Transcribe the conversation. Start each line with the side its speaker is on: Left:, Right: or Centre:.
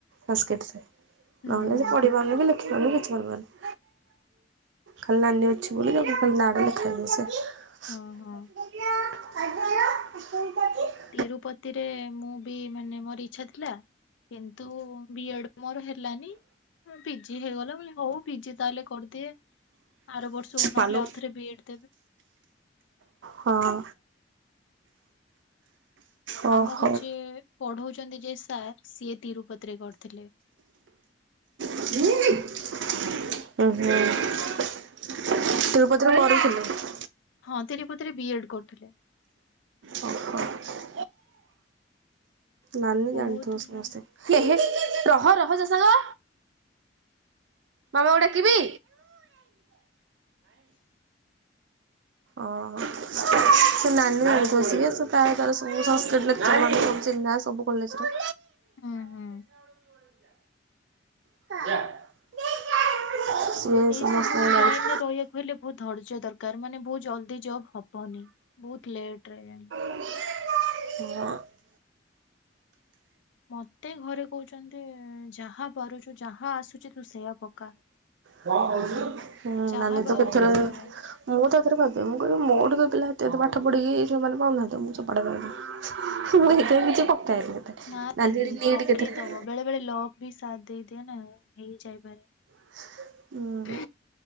Right: ସଂସ୍କୃତିରେ।
Left: ହୁଁ
Right: ନହେଲେ
Left: ହୁଁ
Right: ସେ ପଢିପାରୁନି କି ଲେଖିପାରୁନି କିଛି କରିପାରୁନି। ଖାଲି ନାନୀ ଅଛି ବୋଲି ତାକୁ ଖାଲି ନାଟା ଲେଖାଯାଇଛି।
Left: ହଁ ହଁ
Right: <unintelligible>
Left: ତିରୁପତିରେ ମୁଁ ବି ମାନେ ମୋର ଇଚ୍ଛା ଥିଲା। କିନ୍ତୁ ବି ଏଡ ମୋର ହେଲାନି। ପିଜି ହେଇଗଲା ବୋଲି ହଉ ପିଜି ତାହେଲେ କରିଦିଏ। ଆର ବର୍ଷକୁ ନହେଲେ
Right: ମାଲୋ
Left: ଆଉ ଥରେ ବି ଏ ଡ୍ ଦେବେ।
Right: ହଁ। ଓ
Left: ଆମକୁ
Right: ହଉ
Left: ଯିଏ ପଢଉଚନ୍ତି ଯିଏ ସାର୍ ସିଏ ତିରୁପତି ରେ କରିଥିଲେ।
Right: ଓହୋ। ତିରୁପତିରେ କରିଥିଲେ।
Left: ହଁ ତିରୁପତିରେ ବି ଏ ଡ୍ କରୁଥୁଲେ।
Right: ଓ ହୋ। ନାନୀ ଜାଣିଥିବେ
Left: ବହୁତ
Right: ସମସ୍ତେ
Left: ମାନେ
Right: ଏହେ ରହ ରହ ଜା ସାଙ୍ଗ। ମାମା କୁ ଡାକିବି? ଓହୋ ସେ ନାନୀ <unintelligible> ସେ ତାର ତାର ସବୁ ସାନସ୍କ୍ରିଟ ଲେକଚର୍ ମାନଙ୍କର ଚିହ୍ନା ସବୁ। କଲେଜ୍ ଟା।
Left: ହୁଁ ହୁଁ।
Right: <inaudible>
Left: ଏଇ
Right: ସମସ୍ତଙ୍କୁ
Left: ସବୁ
Right: ଜାଣିଛି
Left: ଲାଇନ ରେ ରହିବାକୁ ହେଲେ ବହୁତ ଧୈର୍ଯ୍ୟ ଦରକାର ମାନେ ବହୁତ ଜଲଦି ଜବ୍ ହବନି ବହୁତ ଲେଟ ରେ ଜାଣିବେ।
Right: <inaudible>
Left: ମତେ ଘରେ କହୁଚନ୍ତି ଯାହା ପାରୁଚୁ ଯାହା ଆସୁଚି ତୁ ସେୟା ପକା।
Right: ହୁଁ
Left: ଯାହା
Right: ନାନୀ
Left: ବାହାରୁଛି
Right: ତ <unintelligible>
Left: ସେଇଆ ପକା।
Right: ମୁଁ ତ ଏଥରେ ଭାବେ ମୁଁ କହିବି ମୋ ଠୁ ତ ପିଲା ଏତେ ଏତେ ପାଠ ପଢ଼ିକି ସେମାନେ ପାଉନାହାନ୍ତି ମୁଁ ଚୋପା ଟେ ପାଇବି
Left: ହୁଁ,
Right: ମୁଁ ହେଇଥିପାଇଁ କିଛି ପକାଏନି ହେତେ <unintelligible>
Left: ନା ଦିଦି
Right: ନିଟ୍
Left: ପକେଇଦବ
Right: କେଥିରେ
Left: ବେଳେ ବେଳେ ଲକ୍ ବି ସାଦ ଦେଇଦିଏ ନା ହେଇ ଯାଇପାରେ।
Right: <unintelligible>
Left: ହୁଁ